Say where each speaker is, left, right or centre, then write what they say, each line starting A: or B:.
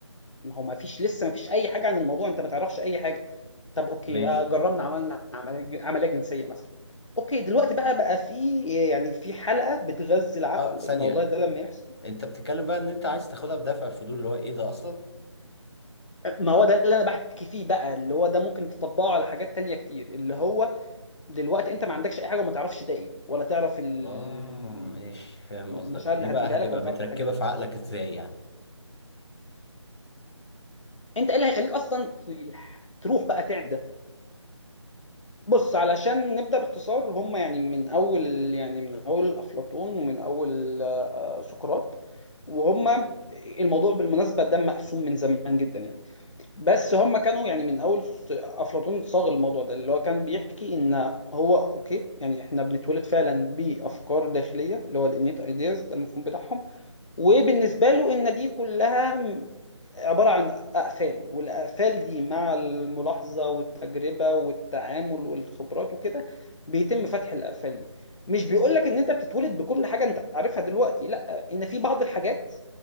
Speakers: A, on the left (about 80°); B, on the left (about 55°).
A: ما هو مفيش لسه مفيش اي حاجه عن الموضوع انت ما تعرفش اي حاجه طب اوكي
B: ماشي
A: آه، جربنا عملنا عمليه عملية جنسيه مثلا اوكي دلوقتي بقى بقى في يعني في حلقه بتغذي العقل
B: اه ثانيه
A: ان والله ده لما يحصل
B: انت بتتكلم بقى ان انت عايز تاخدها بدافع الفضول اللي هو ايه ده اصلا
A: ما هو ده اللي انا بحكي فيه بقى اللي هو ده ممكن تطبقه على حاجات تانية كتير اللي هو دلوقتي انت ما عندكش اي حاجه وما تعرفش ده ايه ولا تعرف ال-
B: اه ماشي فاهم
A: المشاعر
B: قصدك
A: اللي
B: دي
A: هتجيبها
B: بقى هتبقى
A: لك ولا تعرف
B: متركبه
A: الحاجات دي
B: في
A: اوكي
B: عقلك ازاي يعني
A: انت ايه اللي هيخليك اصلا ت- تروح بقى تعمل ده بص علشان نبدا باختصار هم يعني من اول يعني من اول افلاطون ومن اول آه، آه، سقراط وهم الموضوع بالمناسبه ده مقسوم من زمان جدا يعني بس هم كانوا يعني من اول س- افلاطون صاغ الموضوع ده اللي هو كان بيحكي ان هو اوكي يعني احنا بنتولد فعلا بافكار داخليه اللي هو الانيت ايدياز ده المفهوم بتاعهم وبالنسبه له ان دي كلها م- عباره عن اقفال والاقفال دي مع الملاحظه والتجربه والتعامل والخبرات وكده بيتم فتح الاقفال دي مش بيقول لك ان انت بتتولد بكل حاجه انت عارفها دلوقتي لا ان في بعض الحاجات